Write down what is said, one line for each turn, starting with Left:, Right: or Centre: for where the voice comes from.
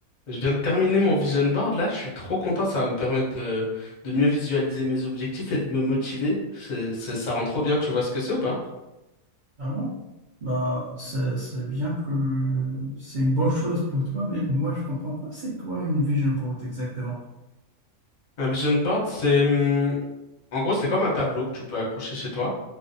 Left: Je viens de terminer mon vision board là, je suis trop content, ça va me permettre de, de mieux visualiser mes objectifs et de me motiver. C'est, c'est- ça rend trop bien, tu vois ce que c'est ou pas?
Right: Ah bon? Bah, c'est, c'est bien que c'est une bonne chose pour toi, mais moi, je comprends pas c'est quoi une vision board exactement.
Left: Un vision board, c'est hum, en gros c'est comme un tableau que tu peux accrocher chez toi,